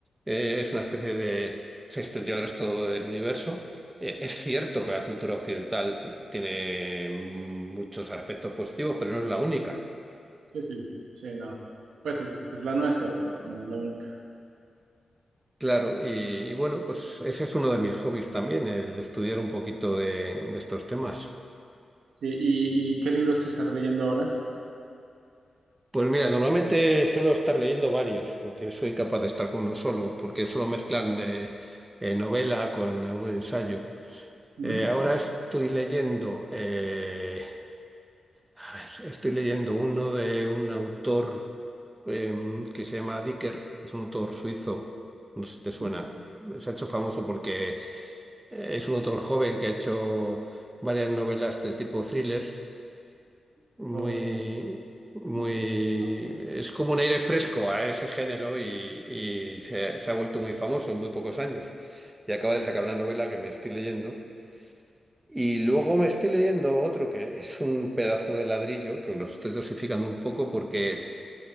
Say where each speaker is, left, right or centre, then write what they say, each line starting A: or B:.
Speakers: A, on the right; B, on the right.
A: eh, es una especie de... se extendió al resto del universo. Eh, es cierto que la cultura occidental tiene muchos aspectos positivos, pero no es la única.
B: Sí, sí, sí, no. Pues es, es la nuestra, pero no, no es la única.
A: Claro, y, y bueno, pues ese es uno de mis hobbies también, el estudiar un poquito de, de estos temas.
B: Sí, ¿y, y qué libros te estás leyendo ahora?
A: Pues mira, normalmente suelo estar leyendo varios, porque soy incapaz de estar con uno solo, porque suelo mezclar eh, eh, novela con algún ensayo.
B: Ujú,
A: Eh, ahora estoy leyendo, eh, a ver, estoy leyendo uno de un autor em, que se llama Dicker, que es un autor suizo, no sé si te
B: ujú.
A: suena. Se ha hecho famoso porque Eh, Es un autor joven que ha hecho varias novelas de tipo thriller, muy,
B: Oh, no,
A: muy,
B: no, no, no,
A: es como un aire fresco a ese género y, y se, se ha vuelto muy famoso en muy pocos años. Y acaba
B: no.
A: de sacar una novela que me estoy leyendo. Y luego me estoy leyendo otro que es un pedazo de ladrillo, que lo estoy dosificando un poco porque